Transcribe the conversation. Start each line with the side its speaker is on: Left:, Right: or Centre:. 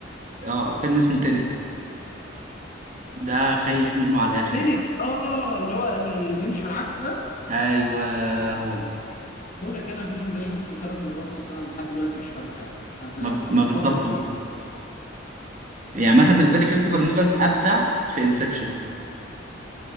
Right: اه فيلم اسمه تينت ده خايش
Left: ايه ده ما اعرفوش
Right: منه على الاخر
Left: تنت
Right: يعني
Left: اه اللي هو اللي بيمشي بالعكس ده
Right: ايوه هو ده
Left: بقول لك انا الفيلم ده شفته ثلاث مرات مثلا لحد دلوقتي مش فاهم حاجه انا
Right: ما, ما
Left: انا
Right: بالظبط
Left: بكره الفيلم
Right: بقى
Left: ده
Right: يعني مثلا بالنسبة لي كريستوفر
Left: بجد
Right: نولان
Left: فيلم
Right: ابدع في انسبشن